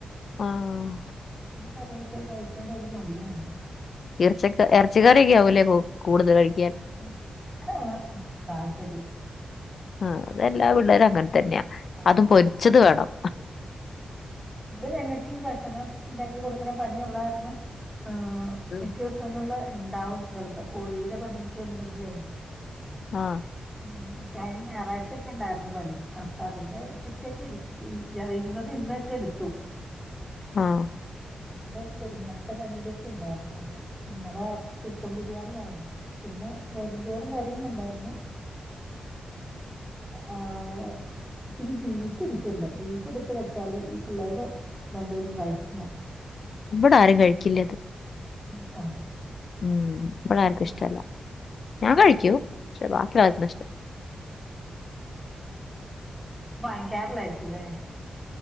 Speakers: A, on the left (about 55°); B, in the centre.
A: ആഹ്
B: കറിയൊക്കെ കഴിക്കാനൊരു മടിയാണ്
A: എറച്ചിയൊക്കെ ഇറച്ചിക്കറിയൊക്കെ ആവൂല്ലേ കൂടുതല് കഴി
B: ഉം ചിക്കനാണ് താല്പര്യം
A: ആഹ് അതെല്ലാ പിള്ളാരും അങ്ങനെ തന്നെയാ
B: ആ,
A: അതും പൊരിച്ചത് വേണം.
B: ഇവിടെ ഞങ്ങൾക്ക് ഈ ഭക്ഷണം ണ്ടാക്കികൊടുക്ണ പണിയൊള്ളാർണം അ
A: ഉം
B: മിക്ക ദിവസങ്ങളില് ണ്ടാവും ചെലപ്പൊ കോഴിടെ പണിയൊക്കെണ്ടെങ്കിലെ
A: ആഹ്
B: അ കഴിഞ്ഞ ഞായറാഴ്യ്ച്ചൊക്കെണ്ടാർന്നു പണി ആ പ്പതിന്റെ ഇച്ചിരിച്ചിരിക്കിന് അത് ഇരുന്നത് ഇന്നൊക്കെയെടുത്തു
A: ആഹ്
B: ഇന്നലെക്കെ ഇന്നലത്തെ പണിയിലൊക്കെ ഉണ്ടായിരുന്നു ബാക്കി ഇന്നലെ ചിക്കൻ ബിരിയാണിയായിരുന്നു പിന്നെ വെറുംചോറും കറീംണ്ടാര്ന്നു ആഹ് ച്ചിരി ബീഫിരിക്കിണ്ട് ബീഫെട്ത്ത് വെച്ചാല് പിള്ളേര് രണ്ടുപേരും കഴിക്കണ്
A: ഇവ്ടാരും കഴിക്കില്ലത്
B: ബീഫോ
A: ഉം ഇവ്ടാർക്കുഷ്ടല്ല
B: ഉം
A: ഞാൻ
B: എന്നാ
A: കഴിക്കും
B: ശരി
A: ക്ഷെ ബാക്കിള്ളാർക്കുഷ്ടല്ല. <inaudible>
B: വാങ്ങിക്കാറില്ലായിരിക്കുലേ....